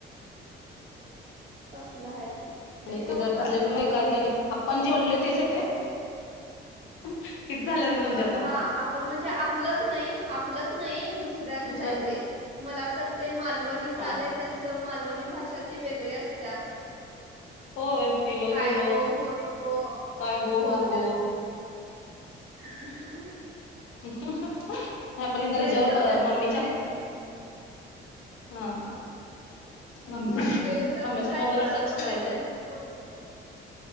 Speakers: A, on the right; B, on the left.
A: तसलं आहे ते लय
B: आणि
A: डोकं
B: त्याच्या
A: खातय ते तर
B: <unintelligible> त्यानी आपण जे बोलले तेच <unintelligible>
A: अ
B: मग तुमच्या आता
A: हा आपण म्हणजे आपलंच नाही आपलंच नाही दु सऱ्यांचा
B: दुसऱ्यांच
A: आहे ते मला तर ते मालवणी
B: हा
A: चाले त्यांचं मालवणी भाषा ती वेगळ असत्या.
B: होय येलो
A: काय
B: गेलो
A: गो होय गो
B: काय
A: अस
B: गो हो
A: बोलत्यात.
B: गो
A: ह.
B: ह पण जरा ह्याच्यावर
A: शब्द आहेत
B: मम्मीच्या
A: आणि ते
B: हा.
A: हां.
B: मम्मी
A: ते शब्द
B: मम्मीच्या
A: काय
B: मोबाईलवर
A: कळत
B: सर्च
A: पण
B: करायचं
A: नाहीत त्यांचं बोलन.